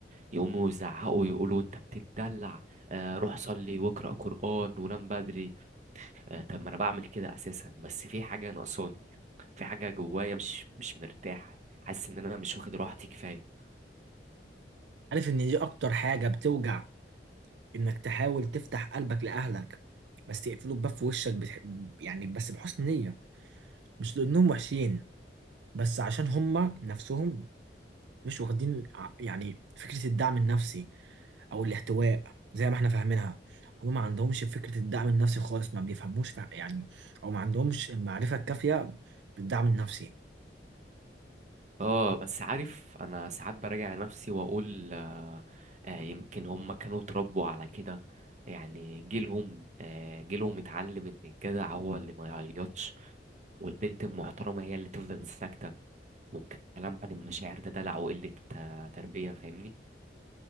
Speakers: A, on the right; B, on the right.
A: يقوموا يزعقوا يقولوا انت بتتدلع آه، روح صلي واقرا قران ونام بدري آه، طب ما انا بعمل كده اساسا بس في حاجه ناقصاني في حاجه جوايا مش مش مرتاحه حاسس ان انا مش واخد راحتي كفايه
B: عارف ان دي اكتر حاجة بتوجع انك تحاول تفتح قلبك لأهلك بس يقفلوا الباب في وشك بتح... يعني بس بحسن نية مش لأنهم وحشين بس عشان هما نفسهم مش واخدين ع- يعني فكرة الدعم النفسي او الاحتواء زي ما احنا فاهمينها هما ما عندهمش فكرة الدعم النفسي خالص ما بيفهموش فع- يعني او ما عندهمش المعرفة الكافية بالدعم النفسي
A: اه بس عارف انا ساعات براجع نفسي واقول آه آه يمكن هم كانوا اتربوا على كده يعني جيلهم آه جيلهم اتعلم ان الجدع هو اللي ما يعيطش والبنت المحترمة هي اللي تفضل ساكتة والكلام عن المشاعر ده دلع وقلة آه، تربية فاهمني